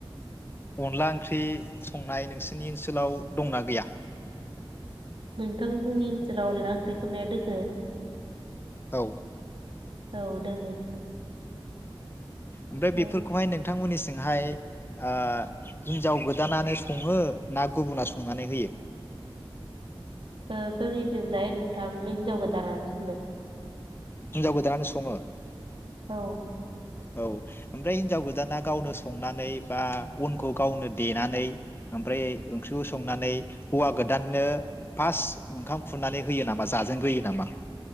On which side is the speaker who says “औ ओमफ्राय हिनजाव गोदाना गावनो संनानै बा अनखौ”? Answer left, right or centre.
Left